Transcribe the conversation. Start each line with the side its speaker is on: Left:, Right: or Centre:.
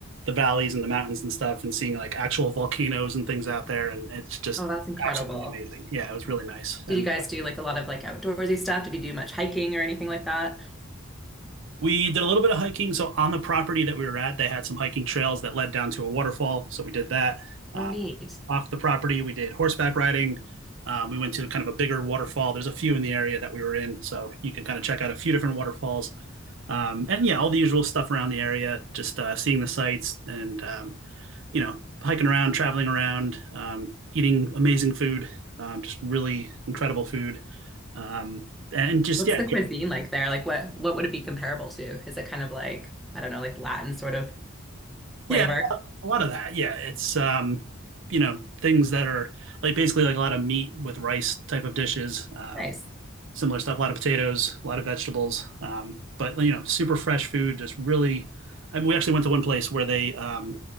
Right: the valleys and the mountains and stuff and seeing like actual volcanoes and things out there and it's just
Centre: Oh, that's incredible.
Right: absolutely amazing. Yeah, it was really nice.
Centre: Did
Right: And
Centre: you guys do like a lot of like outdoorsy stuff? Did you do much hiking or anything like that?
Right: We did a little bit of hiking. So on the property that we were at, they had some hiking trails that led down to a waterfall. So we did that. Uh,
Centre: Oh, neat.
Right: off the property, we did horseback riding. Um, we went to kind of a bigger waterfall. There's a few in the area that we were in, so you can kind of check out a few different waterfalls. Um, and yeah, all the usual stuff around the area, just uh, seeing the sights and um, you know hiking around, traveling around, um, eating amazing food, um, just really incredible food, um, and just
Centre: What's
Right: yeah,
Centre: the cuisine like there? Like what what would it be comparable to? Is it kind of like, I don't know, like Latin sort of flavor?
Right: yeah, a lot of that. Yeah, it's um, you know things that are like basically like a lot of meat with rice type of dishes. Um,
Centre: Nice.
Right: similar stuff, a lot of potatoes, a lot of vegetables. Um, but you know, super fresh food. Just really, I mean, we actually went to one place where they um,